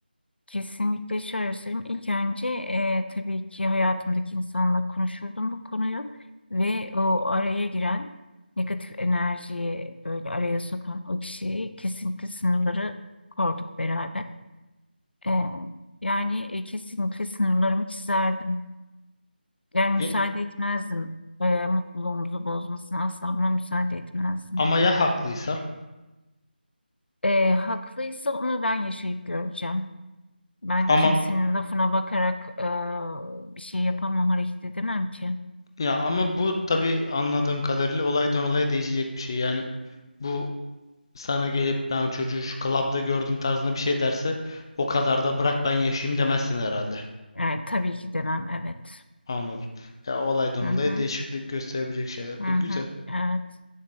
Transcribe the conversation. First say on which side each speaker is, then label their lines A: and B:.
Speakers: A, on the left (about 80°); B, on the left (about 25°).
A: Kesinlikle şöyle söyleyeyim. İlk önce e, tabii ki hayatımdaki insanla konuşurdum bu konuyu ve o araya giren negatif enerjiyi böyle araya sokan o kişiyi kesinlikle sınırları korduk beraber. E, yani e, kesinlikle sınırlarımı çizerdim. Yani müsaade
B: E,
A: etmezdim e, mutluluğumuzu bozmasına asla buna müsaade etmezdim.
B: Ama ya haklıysa?
A: E, haklıysa onu ben yaşayıp göreceğim. Ben
B: Ama
A: kimsenin lafına bakarak e, bir şey yapamam, hareket edemem ki.
B: ya ama bu tabii anladığım kadarıyla olaydan olaya değişecek bir şey. Yani bu sana gelip ben o çocuğu şu klapta gördüm tarzında bir şey derse o kadar da bırak ben yaşayayım demezsin herhalde.
A: Evet, tabii ki demem, evet.
B: Anladım. Ya olaydan
A: Hı hı,
B: olaya değişiklik gösterebilecek şeyler.
A: hı
B: E, güzel.
A: hı, evet,